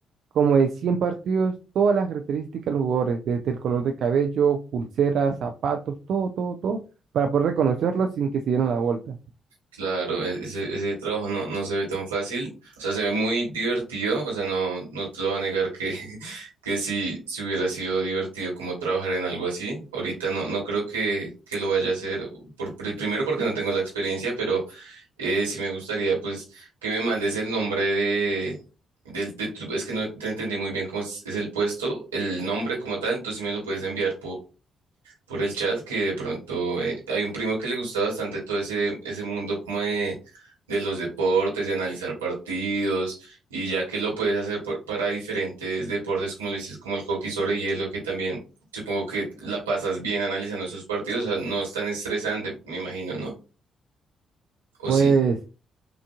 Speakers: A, on the right; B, on the right.
A: como de 100 partidos, todas las características de los jugadores, desde el color de cabello, pulseras, zapatos, todo, todo, todo, para poder reconocerlos sin que se dieran la vuelta.
B: Claro, e- ese, ese trabajo no, no se ve tan fácil, o sea, se ve muy divertido, o sea, no, no te lo voy a negar que, <laughs> que si, si hubiera sido divertido como trabajar en algo así, ahorita no, no creo que, que lo vaya a hacer, por, pri- primero porque no tengo la experiencia, pero eh, sí me gustaría pues que me mandes el nombre de, del, de tu- es que no te entendí muy bien cómo es, es el puesto, el nombre como tal, entonces si me lo puedes enviar por el chat que de pronto eh, hay un primo que le gusta bastante todo ese, ese mundo como de, de los deportes, de analizar partidos, y ya que lo puedes hacer por- para diferentes deportes, como le dices, como el hockey sobre hielo, que también supongo que la pasas bien analizando esos partidos, o sea, no es tan estresante, me imagino, ¿no? ¿O
A: Pues
B: sí?